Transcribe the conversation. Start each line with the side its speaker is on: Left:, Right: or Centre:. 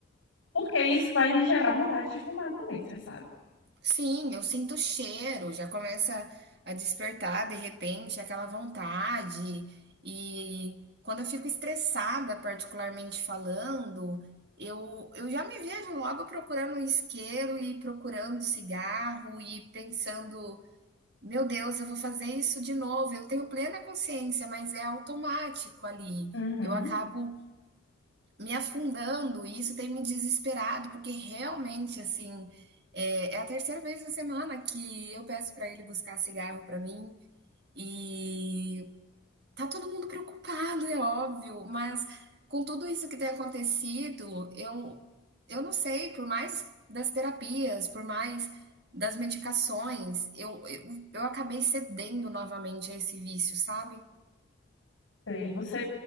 Left: Porque isso vai lhe gerar vontade de fumar também, você sabe.
Right: Sim, eu sinto o cheiro, já começa a despertar de repente aquela vontade. E quando eu fico estressada, particularmente falando, eu eu já me vejo logo procurando um isqueiro e procurando cigarro e pensando Meu Deus, eu vou fazer isso de novo. Eu tenho plena consciência, mas é automático ali.
Left: Uhum.
Right: Eu acabo me afundando e isso tem me desesperado, porque realmente, assim, é, é a terceira vez na semana que eu peço para ele buscar cigarro para mim. E Tá todo mundo preocupado, é óbvio, mas com tudo isso que tem acontecido, eu, eu não sei, por mais das terapias, por mais das medicações, eu, eu, eu acabei cedendo novamente a esse vício, sabe?
Left: E você